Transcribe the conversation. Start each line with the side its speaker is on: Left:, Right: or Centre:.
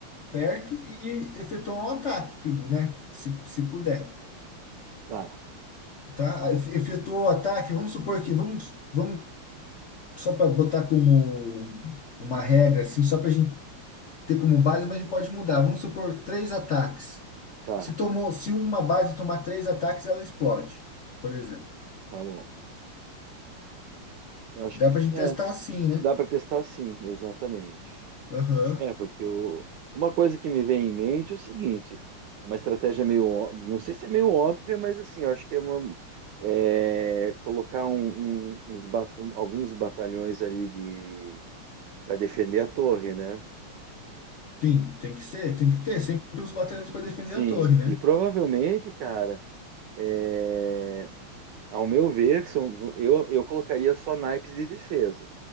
Left: perto e efetuar um ataque, que- né? Se, se puder,
Right: Tá,
Left: tá? Efe- Efetuou o ataque, vamos supor que vamos, vamos só para botar como uma regra, assim, só para ter como base, mas a gente pode mudar. Vamos supor três ataques.
Right: tá,
Left: Se tomou, se uma base tomar três ataques, ela explode, por exemplo.
Right: tá bom. Eu acho
Left: Dá
Right: que fi-
Left: pra gente
Right: é,
Left: testar assim, né?
Right: dá para testar sim, exatamente.
Left: Aham.
Right: É, porque o- uma coisa que me vem em mente é o seguinte, é uma estratégia meio, ó- não sei se é meio óbvia, mas assim, eu acho que é uma, é, colocar um- um- uns ba- um- alguns batalhões ali de para defender a torre, né?
Left: Sim, tem que ser, tem que ter sempre os batalhões para defender
Right: Sim,
Left: a torre, né?
Right: e provavelmente, cara, é, ao meu ver, são- eu, eu colocaria só naipes de defesa.